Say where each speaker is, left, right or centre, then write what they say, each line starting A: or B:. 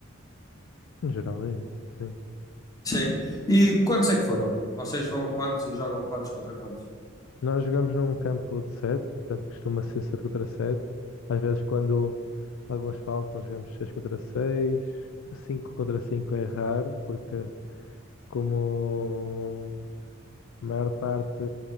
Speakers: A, on the left; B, on the left.
A: Em geral, é isso, sim.
B: Sim. E quantos é que foram? Vocês vão quantos e jogam quantos contra quantos?
A: Nós jogamos num campo de sete, portanto costuma ser sete contra sete. Às vezes, quando alguns faltam, jogamos seis contra seis. cinco contra cinco é raro, porque. como a maior parte